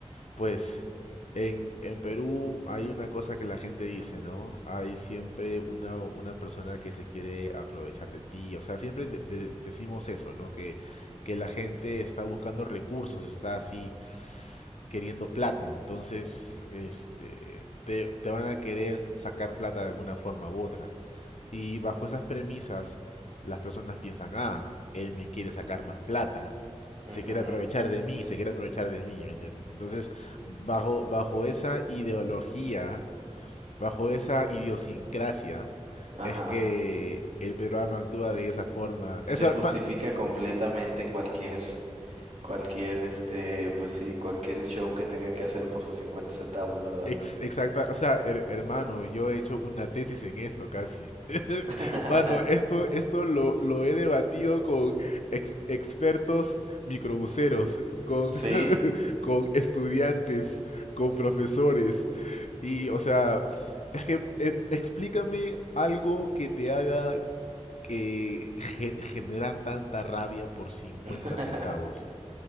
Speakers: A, on the left; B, on the right.
A: Pues en, en Perú hay una cosa que la gente dice, ¿no? Hay siempre una, una persona que se quiere aprovechar de ti. O sea, siempre de- de- decimos eso, ¿no? Que, que la gente está buscando recursos, está así queriendo plata. Entonces, este, te, te van a querer sacar plata de alguna forma u otra. Y bajo esas premisas, las personas piensan, ah, él me quiere sacar más plata,
B: Ujú,
A: se
B: ujú,
A: quiere aprovechar de mí, se quiere aprovechar de mí, ¿me entiendes? Entonces, bajo, bajo esa ideología, bajo esa idiosincrasia,
B: Ajá.
A: es que el peruano actúa de esa forma.
B: Se
A: Esa,
B: justifica
A: ma-
B: completamente cualquier, cualquier, este, pues sí, cualquier show que tenga que hacer por sus cincuenta centavos, ¿verdad?
A: ex- exacta, o sea, her- hermano, yo he hecho una tesis en esto casi. <laughs>
B: <laughs>
A: Mano, esto, esto lo, lo he debatido con ex- expertos microbuseros, con,
B: Sí.
A: con estudiantes, con profesores. Y, o sea, es que eh, explícame algo que te haga que ge- generar tanta rabia por 50
B: <laughs>
A: centavos.